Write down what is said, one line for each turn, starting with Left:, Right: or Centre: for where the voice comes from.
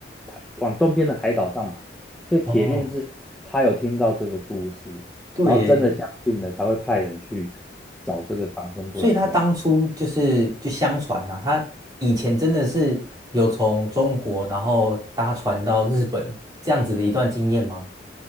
Centre: 他往东边的海岛上跑，所以铁定是他有听到这个故事，
Right: 哦，对耶。
Centre: 然后真的相信了，才会派人去找这个长生不老药。
Right: 所以他当初就是就相传啊，他以前真的是有从中国然后搭船到日本这样子的一段经验吗？